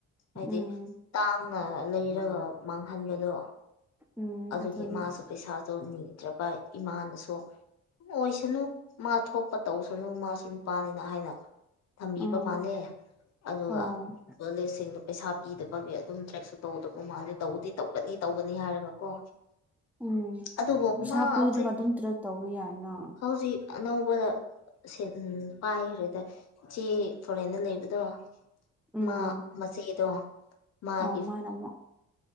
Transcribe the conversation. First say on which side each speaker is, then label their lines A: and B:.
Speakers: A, on the left (about 60°); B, in the centre.
A: ꯍꯥꯏꯗꯤ
B: ꯎꯝ
A: ꯇꯥꯡꯅ ꯂꯩꯔꯒ ꯃꯥꯡꯍꯟꯕꯗꯣ
B: ꯎꯝ
A: ꯑꯗꯨꯒꯤ
B: ꯑꯗꯨꯅꯦ
A: ꯃꯥꯁꯨ ꯄꯩꯁꯥꯁꯨ ꯅꯤꯗ꯭ꯔꯕ ꯏꯃꯥꯅꯁꯨ ꯑꯣꯏꯁꯅꯨ ꯃꯥ ꯊꯣꯛꯄ ꯇꯧꯁꯅꯨ ꯃꯥꯁꯨ ꯅꯨꯄꯥꯅꯤꯅ ꯍꯥꯏꯅ ꯊꯝꯕꯤꯕ
B: ꯑꯥ
A: ꯃꯥꯜꯂꯦ ꯑꯗꯨꯒ
B: ꯑꯣ
A: ꯄꯨꯂꯤꯁꯁꯤꯡꯗ ꯄꯩꯁꯥ ꯄꯤꯗꯕꯒꯤ ꯑꯗꯨꯝ ꯇ꯭ꯔꯦꯛꯁꯨ ꯇꯧꯗꯕ ꯃꯥꯜꯂꯤ ꯇꯧꯗꯤ ꯇꯧꯒꯅꯤ ꯇꯧꯒꯅꯤ ꯍꯥꯏꯔꯒ ꯀꯣ
B: ꯎꯝ
A: ꯑꯗꯨꯕꯨ
B: ꯄꯩꯁꯥ
A: ꯃꯥ
B: ꯄꯤꯔꯒ
A: ꯍꯧꯖꯤꯛ
B: ꯑꯗꯨꯝ ꯇ꯭ꯔꯦꯛ ꯇꯧꯕ ꯌꯥꯏꯅ
A: ꯍꯧꯖꯤꯛ ꯑꯅꯧꯕ ꯁꯦꯜ ꯄꯥꯏꯈ꯭ꯔꯦꯗ ꯏꯆꯦ ꯐꯣꯔꯦꯟꯗ ꯂꯩꯕꯗꯣ
B: ꯎꯝ
A: ꯃꯥ ꯃꯆꯦꯗꯣ ꯃꯥꯒꯤ
B: ꯑꯧ ꯃꯥꯅ ꯑꯃꯨꯛ